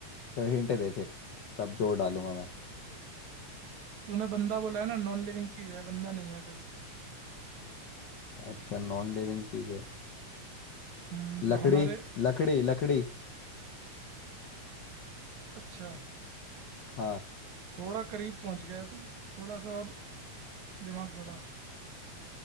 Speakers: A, on the left; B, on the right.
A: फिर हिंट दे फिर तब जोर डालूंगा मैं
B: तूने बंदा बोला है ना नॉन लिविंग चीज है बंदा नहीं है कोई
A: अच्छा नॉन लिविंग चीज है
B: हम्म जो
A: लकड़ी
B: हमारे
A: लकड़ी लकड़ी
B: अच्छा
A: हाँ
B: थोड़ा करीब पहुंच गया है तू थोड़ा सा और दिमाग दौड़ा